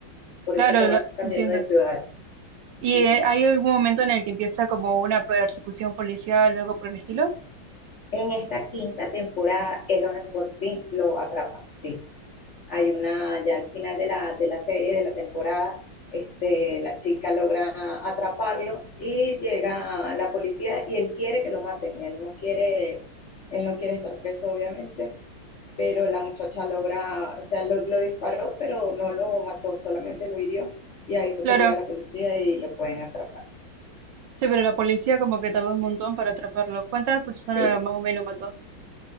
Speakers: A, on the left; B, on the right.
A: Por
B: claro,
A: eso es que va
B: lo-
A: cambiando
B: entiendo.
A: de ciudades.
B: ¿Y
A: Uh -huh.
B: eh, hay algún momento en el que empieza como una persecución policial o algo por el estilo?
A: En esta quinta temporada es donde por fin lo atrapan, sí. Hay una, ya al final de la, de la serie, de la temporada, este, la chica logra atraparlo y llega la policía y él quiere que lo maten, él no quiere, él no quiere estar preso obviamente, pero la muchacha logra, o sea, lo, lo disparó, pero no lo mató, solamente lo hirió y ahí fue
B: Claro,
A: que llega la policía y lo pueden atrapar.
B: sí, pero la policía como que tardó un montón para atraparlo. ¿Cuántas personas
A: Sí,
B: más o menos mató?